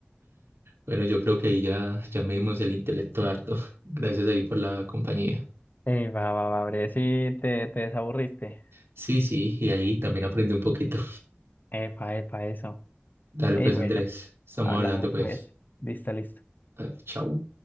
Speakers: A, on the right; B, on the left.
A: Bueno, yo creo que ahí ya, ya me dimos el intelecto harto. <laughs> Gracias ahí por la compañía.
B: Ey, va, va, va, bre. Sí, te, te desaburriste.
A: Sí, sí, y ahí también aprendí un poquito.
B: Epa, epa, eso.
A: Dale
B: Ey,
A: pues,
B: bueno,
A: Andrés. Estamos
B: hablamos
A: hablando pues.
B: pues. Listo, listo.
A: Ah, Chau.